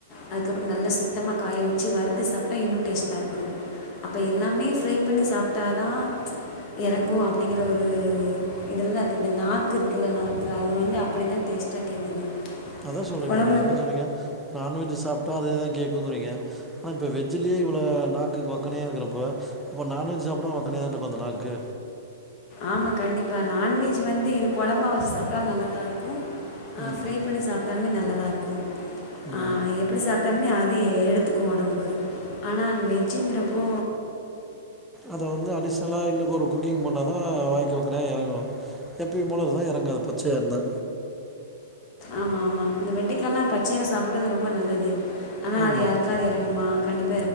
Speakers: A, on the left; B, in the centre.
A: அதுக்கப்பறோ நல்ல சுத்தமா காய வச்சு வறுத்து சாப்ட்டா இன்னு டேஸ்ட்டா இருக்கு அப்ப எல்லாமே ஃப்ரை பண்ணி சாப்ட்டாதா இறங்கும் அப்டிங்கிற ஒரு இதுலதா இருக்கு இந்த நாக்கு இருக்கு ல்ல நாக்கு அது வந்து அப்டிதா டேஸ்ட்டா கேட்குது
B: அதா சொல்ற
A: குழம்புல
B: இப்ப நீங்க என்ன சொன்னீங்க நான்வெஜ் சாப்ட்டா அதேதா கேட்குறீங்க ஆனா இப்ப வேஜ்ல்லயே இவ்ள நாக்கு வக்கனையா இருக்குறப்ப இப்போ நான்வெஜ் சாப்ட வக்கனையாதான இருக்கு அந்த நாக்கு
A: ஆமா கண்டிப்பா நான்வெஜ் வந்து இது குழம்பா வச்சு சாப்ட்டா நல்லாதா இருக்கும் ஆ
B: ம்
A: ஃப்ரை பண்ணி சாப்ட்டாலுமே நல்லதா இருக்கும்
B: ம்
A: அ எப்டி சாப் டாலுமே அது எடுத்துக்கு உடம்புக்கு ஆனா அ வெஜ்ஜிங்கிறப்போ
B: அத வந்து அடிஷ்னலா இன்னக்கு ஒரு குக்கிங் பண்ணா தா வாய்க்கு வைக்கனா இறங்கும் எப்பயி போல இருந்தா இறங்காது பச்சயா இருந்தா
A: ஆமா ஆமா இந்த வெண்டிக்கால்லா பச்சையா சாப்பிடுறது ரொம்ப நல்லது ஆனா
B: ஆமாம்
A: அது யாருக்காவது இறங்குமா கண்டிப்பா